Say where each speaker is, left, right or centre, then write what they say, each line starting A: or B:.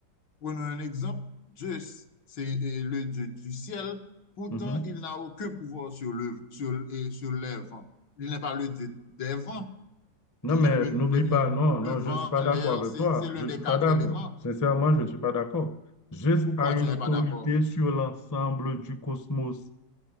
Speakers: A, on the left (about 80°); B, on the left (about 20°).
A: Prenons un exemple. Zeus, c'est euh, le dieu du ciel. Pourtant,
B: mhm.
A: il n'a aucun pouvoir sur le, sur, euh, sur les vents. Il n'est pas le dieu des vents.
B: Non,
A: qui
B: mais
A: est l'un
B: n'oublie
A: des,
B: pas, non,
A: le
B: non,
A: vent,
B: je ne suis pas d'accord
A: l'air,
B: avec
A: c'est
B: toi.
A: l'un
B: Je ne
A: des
B: suis
A: quatre
B: pas d'accord.
A: éléments.
B: Sincèrement, je ne suis pas d'accord. Zeus
A: Pourquoi
B: a une
A: tu n'es
B: autorité
A: pas d'accord?
B: sur l'ensemble du cosmos.